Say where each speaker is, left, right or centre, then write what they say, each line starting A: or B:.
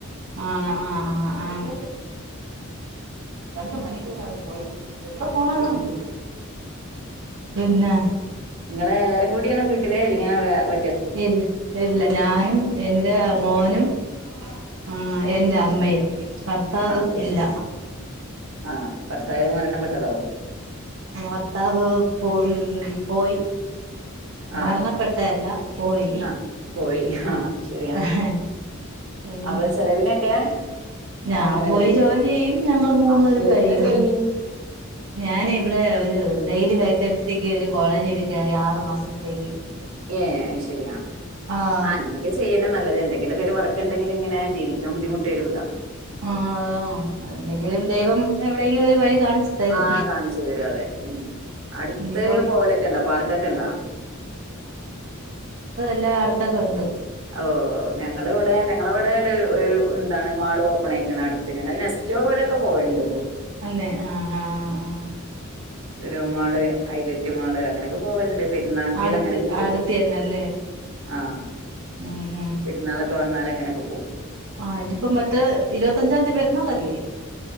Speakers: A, on the right; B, on the right.
A: ആണോ ആഹ് ആഹ് ആഹ് രണ്ട് മണിക്കൂറായി പോയിറ്റ് എവിടെ പോണതാ
B: പിന്നെ
A: എതോരു പിന്നെ
B: ഇങ്ങളെ എല്ലാരും കൂടിയാണ് വീട്ടിലെ ഇല്ലെങ്കി വേ വേ
A: ഇല്ല <unintelligible> ഇല്ല ഞാനും എന്റെ മോനും ആഹ് എറ്റാമ്മയും ഭർത്താവ്
B: ആഹ് അത്
A: ഇല്ല
B: ശരി. ആഹ് ഭർത്താവ് മരണപ്പെട്ടതാവും
A: ഭർത്താവ് പോന് പോയി
B: ആഹ്
A: മരണപ്പെട്ടഅല്ല പോയി
B: ആഹ് പോയി ആഹ് അത് ശരി
A: ആഹ് ഉം
B: അപ്പൊ ചെലവിനൊക്കെ
A: ഞാൻ
B: അങ്ങനെ
A: പോയി
B: കഴിയും.
A: ജോലിയ്യും ഞങ്ങള് മൂന്ന്
B: ആഹ്
A: പേരും
B: ജോ
A: കഴിയും
B: എന്താ ജോലി?
A: ഞാനെ ഇവിടെ ഒരു ഡെയ്ലി വേക്കൻസിക്ക് ഒരു കോളേജില് കെറിയാ ആറ് മാസത്തേക്ക്
B: ഏഹ് അഹ് ശരിയാ
A: ആഹ്
B: അങ്ങൻക്കെ ചെയ്യല് നല്ലത് എന്തെങ്കിലൊക്കെ ഒര് വർക്ക് ണ്ടെങ്കില് ഇങ്ങനെ ജീവിക്കാൻ ബുദ്ധിമുട്ട് വരൂല.
A: ആഹ് അതാണ് അതെന്തെങ്കിലും
B: ഉം
A: ദൈവം എവി ടെങ്കിലും ഒര് വഴി കാണിച്ചു തരും
B: ആഹ് കാണിച്ചു തരും അതെ ഉം അടുത്ത്
A: ഇനിയിപ്പം
B: പോവലൊക്കെ ഉണ്ടൊ പാർക്കൊക്കെ ഉണ്ടോ
A: ല്ല അടുത്തൊക്കെ ണ്ട്
B: ഓ ഞങ്ങള് ഇവിടെ ഞങ്ങളിവ്ടെ ലു <unintelligible> താണ് മാൾ ഓപ്പൺ അയിക്ക്‌ണ് അടുത്ത് ഞങ്ങള് നെസ്റ്റോവഴി പോവല്ണ്ട്
A: അന്നെ ആഹ് ആഹ് ആഹ് ആഹ്
B: ലുലു മാള് അയ്ലെ ലു മാള് അങ്ങനെക്കെ പോവല്ണ്ട് പെരുന്നാൾക്ക്
A: അടുത്ത്
B: അങ്ങനെയൊക്കെ പോവും
A: അടുത്തന്നെല്ലേ
B: ആഹ്
A: ഉം ഉം
B: പെരുന്നാളൊക്കെ വന്ന നാല ങ്ങനൊക്കെ പോവും
A: ആ ഇനിയിപ്പോ മറ്റേ ഇരുപത്തഞ്ചാം തീയതി പെരുന്നാളല്ലേ